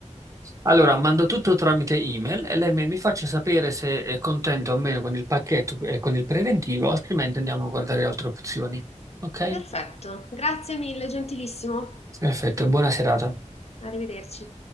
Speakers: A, on the right (about 25°); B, on the left (about 55°).
A: Allora mando tutto tramite email e lei mi mi faccia sapere se è contento o meno con il pacchetto e con il preventivo, altrimenti andiamo a guardare altre opzioni, ok?
B: Perfetto, grazie mille, gentilissimo.
A: Perfetto, buona serata.
B: Arrivederci.